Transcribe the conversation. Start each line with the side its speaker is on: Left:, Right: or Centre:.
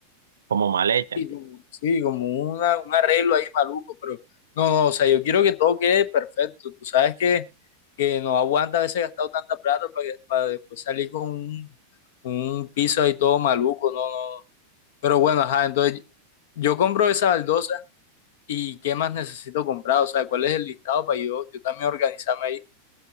Right: como mal hecha.
Left: sí como- sí, como una, un arreglo ahí maluco, pero no, no, o sea, yo quiero que todo quede perfecto. Tú sabes que, que no aguanta a veces gastado tanta plata para, para después salir con un, un piso ahí todo maluco, no, no. no. Pero bueno, ajá, entonces yo compro esa baldosa y qué más necesito comprar, o sea, cuál es el listado para yo, yo también organizarme ahí.